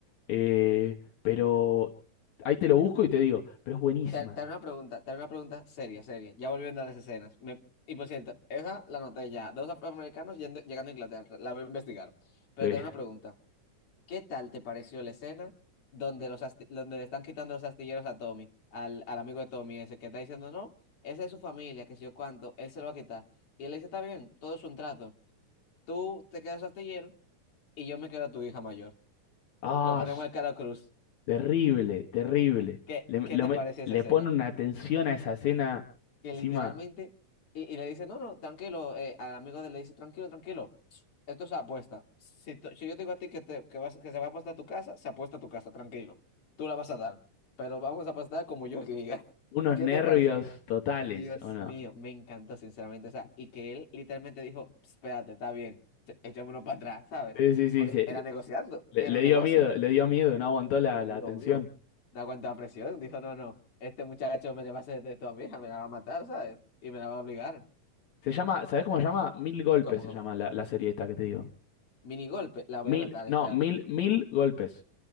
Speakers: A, on the left; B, on the left.
A: eh, pero ahí te lo busco y te digo, pero es buenísima.
B: Te, te haré una pregunta, te haré una pregunta seria, seria. Ya volviendo a las escenas. Me, y por cierto, esa la anoté ya. Dos afroamericanos yendo- llegando a Inglaterra. La voy a investigar. Pero
A: Eh,
B: te haré una pregunta. ¿Qué tal te pareció la escena donde, los asti- donde le están quitando los astilleros a Tommy, al, al amigo de Tommy ese, que está diciendo, no, esa es su familia, que si yo cuánto, él se lo va a quitar. Y él le dice, está bien, todo es un trato. Tú te quedas astillero y yo me quedo a tu hija mayor.
A: ah,
B: Lo ponemos
A: es
B: al cara cruz.
A: terrible, terrible.
B: ¿Qué,
A: Le,
B: qué
A: lo
B: te
A: me-
B: pareció esa
A: le
B: escena?
A: pone una tensión a esa escena,
B: que
A: encima,
B: literalmente, y, y le dice, no, no, tranquilo, eh, al amigo de él le dice, tranquilo, tranquilo, esto es apuesta. Si, to- si yo te digo a ti que, te- que, vas, que se va a apostar a tu casa, se apuesta a tu casa, tranquilo, tú la vas a dar, pero vamos a apostar como yo diga. <laughs>
A: unos
B: ¿Qué
A: nervios
B: te parece?
A: totales,
B: Dios
A: ¿o no?
B: mío, me encantó, sinceramente, o sea, y que él literalmente dijo, espérate, está bien, echémonos para atrás, ¿sabes?
A: Sí, sí, sí,
B: Porque
A: se-
B: era negociando,
A: le,
B: era
A: le
B: un
A: dio
B: negocio.
A: miedo, le dio miedo, no aguantó la,
B: Obvio,
A: la atención.
B: obvio. Da cuánta presión. Dijo, no, no, este muchacho me le va a hacer esto a mi hija, me la va a matar, ¿sabes? Y me la va a obligar.
A: Se llama, ¿sabés cómo se llama? Mil golpes
B: ¿Cómo,
A: se
B: cómo?
A: llama la, la serie esta que te digo.
B: Mini golpe, la voy
A: Mil,
B: a anotar, espérate.
A: no, mil, mil golpes.